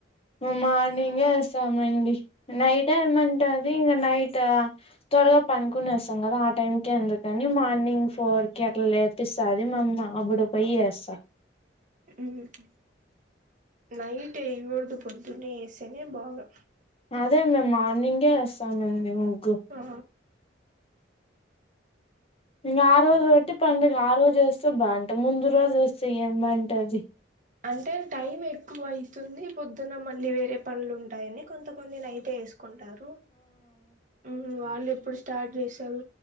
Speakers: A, on the left; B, on the right.
A: హ్మ్ మార్నింగే వేస్తామండి నైట్ ఏమంటది ఇంకా నైట్ త్వరగా పనుకొనేస్తాం గదా ఆ టైం కే ఎందుకని మార్నింగ్ ఫోర్ కి అట్లా లేపిస్తాది మా అమ్మ అప్పుడు పోయి వేస్తా
B: ఉహు నైట్ ఏయ్యగుడదు పోద్దునే ఏసేనే బాగా
A: అదే మేమ్ మార్నింగే ఏస్తా మ్యామ్ హు
B: ఆ
A: ఇంగా ఆ రోజు వెట్టి పండుగ ఆ రోజు ఏస్తే బాగుంట ముందు రోజు ఏస్తే ఏం బాగుంటది జీ
B: అంటే టైం ఎక్ ఎక్కువ అయితుంది పొద్దునం మళ్ళీ వేరే పనులు ఉంటాయని కొంత కొందిని అయితే వేసు కొంటారు మ్మ్ వాళ్ళు ఇప్పుడు స్టార్ట్ చేసారు